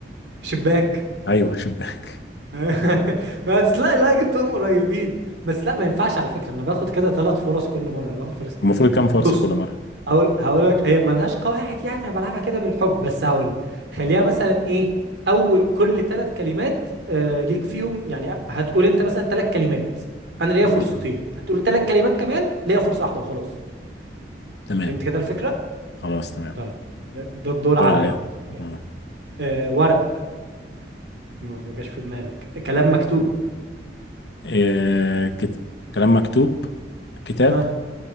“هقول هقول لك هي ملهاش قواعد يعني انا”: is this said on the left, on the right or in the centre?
Right